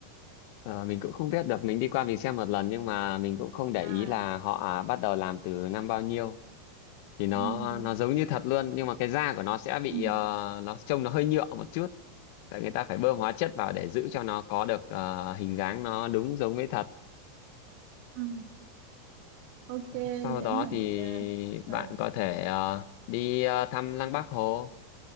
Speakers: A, on the left (about 60°); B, on the right (about 55°).
A: Ờ, mình cũng không biết được mình đi qua mình xem một lần nhưng mà mình cũng không để
B: à
A: ý là họ bắt đầu làm từ năm bao nhiêu thì nó
B: ừ
A: nó giống như thật luôn nhưng mà cái da của nó sẽ bị
B: ừ
A: ờ, nó trông nó hơi nhựa một chút tại người ta phải bơm hóa chất vào để giữ cho nó có được ờ, hình dáng nó đúng giống với thật
B: ừ ok
A: Sau
B: để
A: đó
B: mình
A: thì
B: ờ, à
A: bạn có thể ờ, đi ờ, thăm Lăng Bác Hồ.